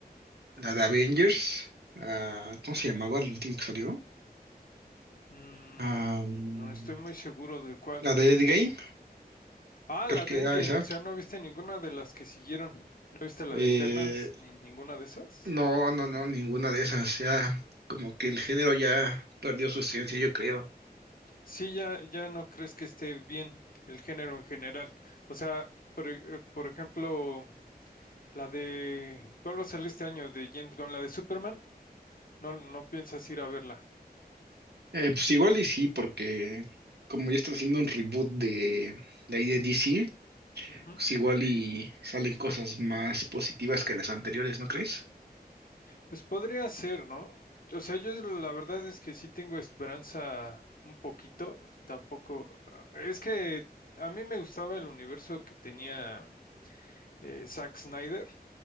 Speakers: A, on the right (about 85°); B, on the left (about 60°).
A: la de Avengers. ah, ¿cómo se llamaba el último que salió?
B: Mm,
A: Ah, mm,
B: no estoy muy seguro de cuál.
A: la de Endgame,
B: de to- ah,
A: creo
B: la
A: que
B: de Endgame,
A: era esa.
B: o sea, no viste ninguna de las que siguieron. ¿No viste la
A: Eh,
B: de Eternals ni ninguna de esas?
A: no, no, no, ninguna de esas. Ya, como que el género ya perdió su esencia, yo creo.
B: Sí, ya, ya no crees que esté bien el género en general. O sea, por, e- eh, por ejemplo. La de... ¿Cuál va a salir este año de James Gunn? ¿La de Superman? No, no piensas ir a verla.
A: Eh, pues igual y sí, porque como ya están haciendo un reboot de, de ahí de DC,
B: Ujú.
A: pues igual y salen cosas más positivas que las anteriores, ¿no crees?
B: Pues podría ser, ¿no? O sea, yo la verdad es que sí tengo esperanza un poquito. Tampoco... Es que a mí me gustaba el universo que tenía eh, Zack Snyder